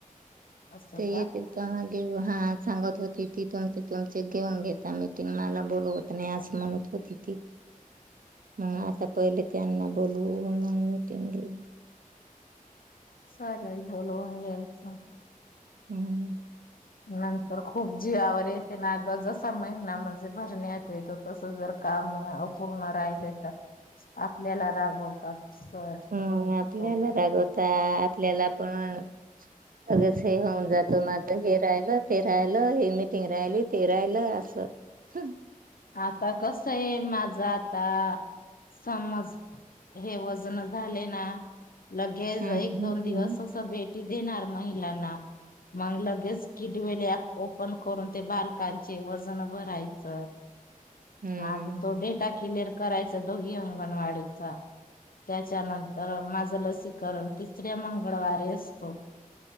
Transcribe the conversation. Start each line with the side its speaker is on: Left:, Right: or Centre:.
Left: असं
Right: ते येतील
Left: का
Right: तगे हा सांगत होती ती तुमचे तुमचे घेऊन घे म.. मिटिंगला बोलवत नाही असं म्हणत होती ती,, मग आता पहिले त्यांना बोलवू मग मीटिंग देऊ.
Left: सलेलोल ह यायस.
Right: हम्म..
Left: नंतर खूप जीवावर यऽऽ ग जसा महिना म्हणजे भरणेऽऽ तर तस जर काम अपूर्ण राहिल तर आपल्याला रागवतात. सर
Right: हम् आपल्याला
Left: आता
Right: रागवतात,, आपल्याला पण सगळच हे होऊन जातो, मात हे राहिलं. फीराय लो, ही मिीटिंग राहिली ती ररायली अससऽऽ
Left: आता कस आहे, माझ आता समज, हे वजन झाले नाऽऽ लगेच
Right: हम्म.
Left: एक दोन दिवस असं भेटी देणार महिलांना मग लगेच किडवेल ओपन करून ते बालकांचे वजन भरायच
Right: हम्म.
Left: हा तो डेटा क्लिअर करायचा दोघी अंगणवाडीचा त्याच्यानंतर माझं लसीकरण तिसऱ्या मंगळवारी असतो